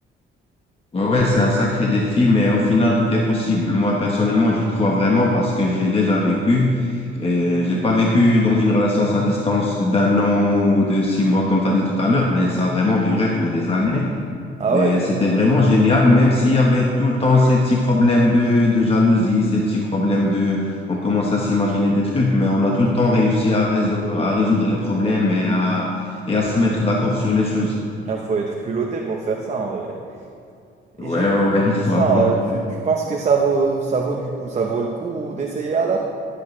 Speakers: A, on the left (about 30°); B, on the right (about 35°).
A: Ouais, ouais, c'est un sacré défi, mais au final, tout est possible. Moi, personnellement, j'y crois vraiment parce que je l'ai déjà vécu. Et j'ai pas vécu dans une relation à distance d'un an ou de six mois, comme tu as dit tout à l'heure, mais ça a vraiment duré pour des années.
B: Ah
A: Et
B: ouais,
A: c'était vraiment génial, même s'il y avait tout le temps ces petits problèmes de, de jalousie, ces petits problèmes de... On commence à s'imaginer des trucs, mais on a tout le temps réussi à, réso- à résoudre les problèmes et à, et à se mettre d'accord sur les choses.
B: Ah, faut être culotté pour faire ça en vrai. Et
A: Ouais,
B: j'ai eu
A: ouais,
B: une
A: ouais, <laughs> il faut
B: question,
A: avoir
B: euh, tu, tu penses que ça vaut, ça vaut du coup, ça vaut le coup d'essayer alors?